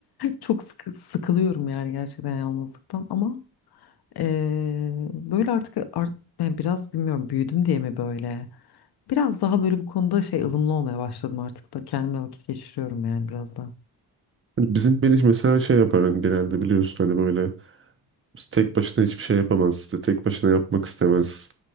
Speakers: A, on the left; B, on the right.
A: Çok sıkı, sıkılıyorum yani gerçekten yalnızlıktan ama eee, böyle artık art, yani biraz bilmiyorum büyüdüm diye mi böyle. Biraz daha böyle bu konuda şey ılımlı olmaya başladım artık da kendimle vakit geçiriyorum yani biraz daha.
B: Hani bizim Melih mesela şey yapar hani genelde biliyorsun hani böyle İşte tek başına hiçbir şey yapamaz. İşte Tek başına yapmak istemez.